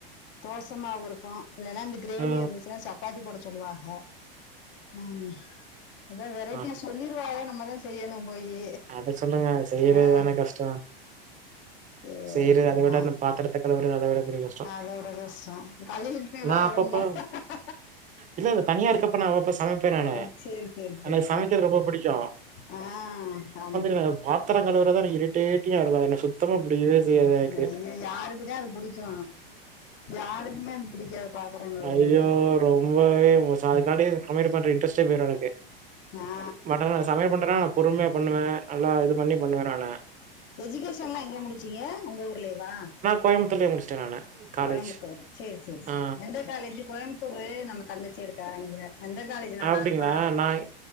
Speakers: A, on the left (about 40°); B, on the right (about 25°).
A: தோசமாவுருக்கு இல்லைன்னா அந்த கிரேவி
B: ஆ
A: இருந்துச்சுனா சப்பாத்தி போட சொல்லுவாக ஆ அதா வெரைட்டியா
B: ஆ
A: சொல்லிருவாக நம்மதா செய்யணூ போயி
B: அத சொல்லுங்க செய்யறது
A: ஆ
B: தான கஷ்டொ
A: சேரி
B: செய்யறது அத
A: ஆ
B: விட நம் பாத்தரத்துக் கழுவுறது அதவிட பெரிய <inaudible>
A: அதோட கஷ்டோ கழுவிட்டு எல்லா
B: நா
A: வேலயும்
B: அப்பப்போ
A: <unintelligible>
B: இல்ல இங்க தனியா இருக்கப்ப நான் அப்ப சமைப்பே
A: ஓ
B: நானு
A: சேரி சேரி சேரி
B: எனக்கு சமைக்கிறது ரொம்ப புடிக்கும்
A: ஆ ஆம்
B: எ பாத்தர கழுவரது தான் எனக் இரி டேடியா இருக்கா என்ன சுத்தமா அப்டி இரு செய்தான் எனக்கு
A: ஐயோ யாருக்குதா அது புடிக்கு யாருக்குமே அது பிடிக்காது பாத்திரங்கழுவுறது
B: ஐயோ ரொம்பவே மோசோ அதுக்கான்டி சமையல் பண்ற இன்ட்ரெஸ்ட்டே போயிரு எனக்கு
A: ஆ
B: பட் ஆனா சமயல் பண்றன்னா நான் பொறுமையா பண்ணுவே நல்லா இது பண்ணி பண்ணுவ நானு
A: எஜிகேஷன் எல்லா எங்க முடிச்சீங்க உங்க ஊர்லயேவா
B: கோயம்பத்தூர்லே முடிச்சிட்டேன் நானு காலேஜ்.
A: கோயம்பத்தூரு செரி செரி செரி
B: ஆ.
A: எந்த காலேஜ் கோயம்புத்தூரு நம்ம அந்த சைடு காரங்க எந்த காலேஜி நல்லாருக்கு
B: அப்டிங்களா? நான்